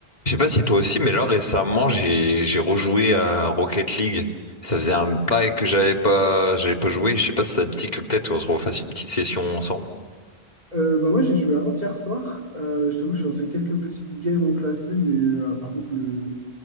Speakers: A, on the left (about 40°); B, on the right (about 40°).
A: Je sais pas si toi aussi, mais là récemment j'ai j'ai rejoué à Rocket League. Ça faisait un bail que j'avais pas j'avais pas joué. Je sais pas si ça te dit que peut-être on se refasse une petite session ensemble.
B: Euh, bah moi j'ai joué avant-hier soir. Euh, je t'avoue, j'ai lancé quelques petites games en classé, mais euh, par contre le,